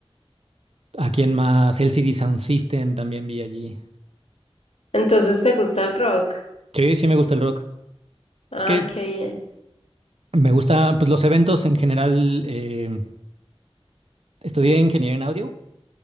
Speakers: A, on the right; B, on the left.
A: ¿A quién más? LCD Sound System también vi allí.
B: Entonces, ¿te gusta el rock?
A: Sí, sí me gusta el rock.
B: Ay,
A: Es que
B: qué bien.
A: me gusta, pues los eventos en general, eh, estudié ingeniería en audio,